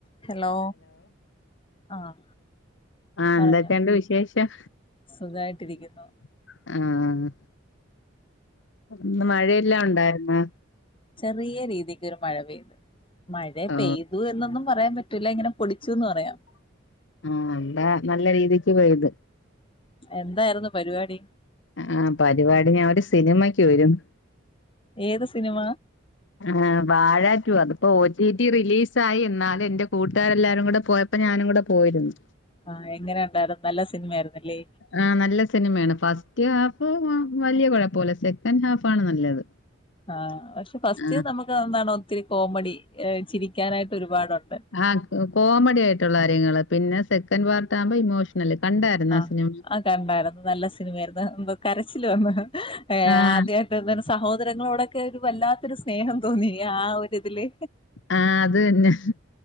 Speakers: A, on the left; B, on the left.
A: Hello ആഹ്
B: ആഹ്
A: പറഞ്ഞോ
B: എന്തൊക്കെണ്ട് വിശേഷം
A: സുഖായിട്ടിരിക്കുന്നു
B: ഉം ആഹ് ഇന്ന് മഴയെല്ലാം ഉണ്ടായിരുന്നാ
A: ചെറിയ രീതിക്ക് ഒരു മഴ പെയ്ത് മഴ
B: ഓ
A: പെയ്തു എന്നൊന്നും പറയാൻ പറ്റി റ്റില്ല ഇങ്ങനെ പൊടിച്ചുന്ന് പറയാം
B: ആഹ് എന്താ നല്ല രീതിക്ക് പെയ്ത്
A: എന്തായിരുന്നു പരിപാടി
B: ആഹ് പരിപാടി ഞാൻ ഒരു സിനിമക്ക് പോയിരുന്നു
A: ഏത് സിനിമ
B: ആഹ് വാഴാ ടു അതിപ്പോ ഒ ടി ടി റിലീസ് ആാ. യി എന്നാലും എന്റെ കൂട്ടുകാരെല്ലാരും കൂടെ പോയ പ്പൊ ഞാനും കൂടെ പോയിരുന്നു
A: ആഹ് എങ്ങനെ ഉണ്ടായിരുന്നു നല്ല സിനിമായിരുന്നില്ലേ
B: ആഹ് നല്ല സിനിമയാണ് ഫസ്റ്റ് ഹാഫ് വലിയ കൊഴപ്പൊല്ല സെക്കൻഡ് ഹാഫ് ആണ് നല്ലത്
A: ആഹ് പക്ഷെ ഫസ്റ്റ്
B: ആ
A: നമുക്ക് ന്താണ് ഒത്തിരി കോമഡി എ് ചിരിക്കാനായിട്ട് ഒരുപാടുണ്ട്
B: ആഹ് കോമഡി ആയിട്ടുള്ള കാര്യങ്ങള് പിന്നെ സെക്കൻഡ് പാർട്ട് ആവുമ്പോ ഇമോഷ നല്ലേ കണ്ടായിരുന്നോ
A: ആഹ്
B: ആ സിനിമ
A: ആഹ് കണ്ടായിരുന്നു നല്ല സിനിമയായിരുന്നു എന്തോ കരച്ചില് വന്നു ഏ
B: ആ
A: ആദ്യ സഹോദരങ്ങളോടൊക്കെ ഒരു വല്ലാത്തൊരു സ്നേഹം തോന്നി ആ ഒരിതില്
B: ആഹ് അത് തന്നെ